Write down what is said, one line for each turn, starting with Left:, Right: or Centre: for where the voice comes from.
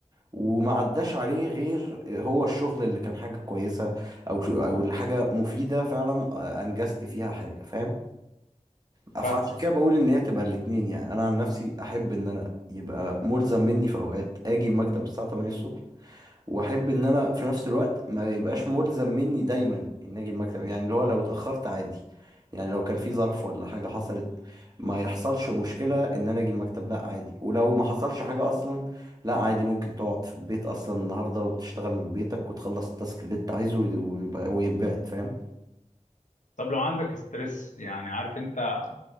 Right: وما عداش عليه غير هو الشغل اللي كان حاجه كويسه او ش- او اللي حاجه مفيده فعلا انجزت فيها حاجه فاهم فعشان
Left: فاهمك
Right: كده بقول ان هي تبقى الاتنين يعني انا عن نفسي احب ان انا يبقى ملزم مني في اوقات اجي المكتب الساعه 8 الصبح واحب ان انا في نفس الوقت ما يبقاش ملزم مني دايما ان اجي المكتب يعني اللي هو لو اتاخرت عادي يعني لو كان في ظرف ولا حاجه حصلت ما يحصلش مشكله ان انا اجي المكتب لا عادي ولو ما حصلش حاجه اصلا لا عادي ممكن تقعد في البيت اصلا النهارده وتشتغل من بيتك وتخلص التاسك اللي انت عايزه ويبقى ويتبعت فاهم
Left: طب لو عندك ستريس يعني عارف انت